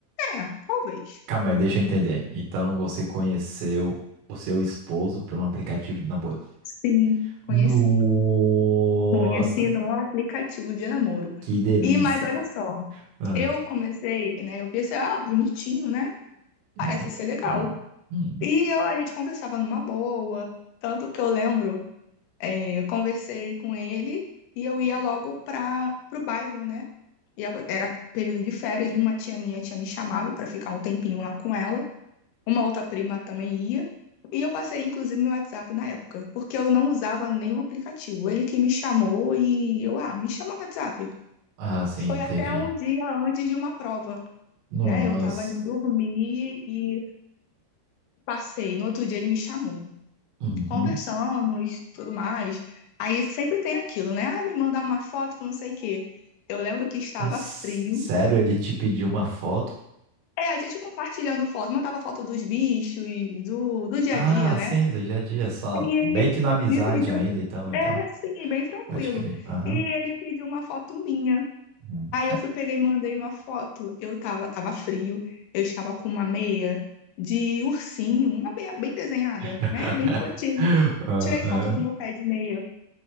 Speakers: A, on the left; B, on the right.
A: é, talvez.
B: Calma aí, deixa eu entender. Então você conheceu o seu esposo por um aplicativo de namoro.
A: Sim, conheci.
B: Nossa,
A: Conheci no aplicativo de namoro.
B: que delícia.
A: E, mas olha só,
B: Ah,
A: eu comecei, né? Eu pensei, ah, bonitinho, né?
B: hum,
A: Parece ser legal.
B: hum, hum.
A: E eu, a gente conversava numa boa. Tanto que eu lembro É, eu conversei com ele e eu ia logo para o bairro, né? E a- era período de férias, uma tia minha tinha me chamado para ficar um tempinho lá com ela, uma outra prima também ia. E eu passei, inclusive, meu WhatsApp na época, porque eu não usava nenhum aplicativo. Ele que me chamou e eu, ah, me chama no WhatsApp.
B: Ah, sim,
A: Foi
B: entendi.
A: até um dia antes de uma prova,
B: Nossa.
A: né? Eu tava indo dormir e passei. No outro dia ele me chamou.
B: Uhum.
A: conversamos, tudo mais. Aí sempre tem aquilo, né? Ah, me mandar uma foto com não sei o quê. Eu lembro que estava
B: S-
A: frio.
B: Sério, ele te pediu uma foto?
A: É, a gente compartilhando foto, mandava foto dos bichos, do, do dia
B: Ah,
A: a dia, né?
B: sim, do dia a dia, só.
A: Aí
B: Bem
A: ele
B: que na amizade
A: me pediu,
B: ainda, então, então.
A: é, sim, bem tranquilo.
B: Pode crer. Aham.
A: E ele pediu uma foto minha.
B: Hum.
A: Aí eu fui, peguei e mandei uma foto. Eu tava, tava frio, eu estava com uma meia de ursinho, uma meia bem desenhada,
B: <laughs>
A: né? Bem infantil.
B: Aham.
A: Tirei foto do meu pé de meia.